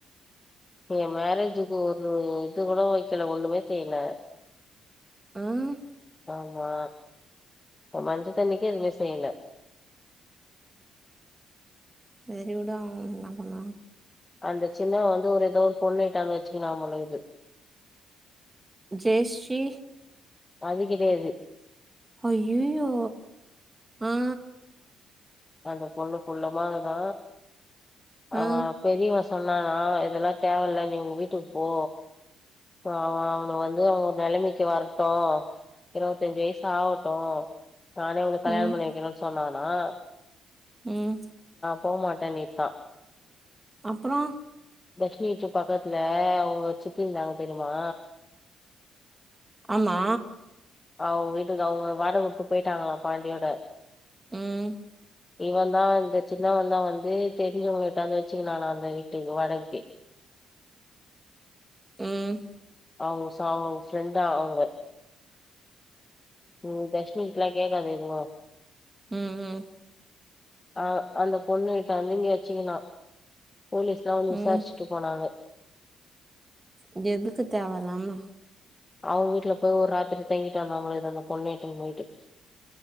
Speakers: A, on the left (about 20°); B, on the right (about 20°).
A: ஏ மேரேஜுக்கு ஒரு இது கூட வக்கல ஒண்ணுமே செய்யல
B: ம்
A: ஆமா ஒ மஞ்ச தண்ணிக்கே எதுமே செய்ல
B: செரி வுடு அவுங் என்ன பண்ண
A: அந்த சின்னவ வந்து ஒரு ஏதோ ஒரு பொண்ண இட்டாந்து வச்சுக்கினா போலகீது
B: ஜெயஸ்ரீ
A: அது கெடையாது
B: அய்யயோ ஆ
A: அந்த பொண்ணு குள்ளமாக்குதா அவே
B: ஆ
A: பெரியவ சொ சொன்னானா இதெல்லா தேவல்ல நீ உ வீட்டுக்கு போ ஆமா அவன வந்து அவே ஒரு நெலைமைக்கு வர ட்டோ இருவத்தஞ்சு வயசு ஆவட்டு நானே உனக்கு கல்யாணம்
B: ம்
A: பண்ணி வக்கிறேனு சொன்னான் ஆ
B: ம்
A: போமாட்டே கிட்டா
B: அப்பறோ
A: தர்ஷினி வீட்டு பக்கத்துல அவுங்க சித்திருந்தாங்க தெரியுமா
B: ஆமா
A: அவுங்க வீட்டுக்கு அவுங்க வாடகவுட்டு போயிட்டாங்களா பாண்டியோட
B: ம்
A: இவ தா இந்த சின்னவன் தா வந்து தெரிஞ்சவுங்க வுட்டாந்து வச்சுக்கினானா அதுமாரி வீட்டுக் வாடகக்கி
B: ம்
A: அவுங்சா வுங்க ஃப்ரெண்டா அவுங்க ம் தர்ஷ்னி கிட்டல்லா கேட்காத எதுவு
B: ம் ம்
A: அ அந்த பொண்ணு ட்டாந்து இங்க வச்சிகினா போலீஸ்லா வந்து விசாரிச்சிட்டு
B: ம்
A: போனாங்க
B: இது எதுக்கு தேவல்லாம
A: அவுங்க வீட்ல போய் ஒரு ராத்திரி தங்கிட்டு வந்தாமள அந்த பொண்ணு வீட்டுக்கு போயிட்டு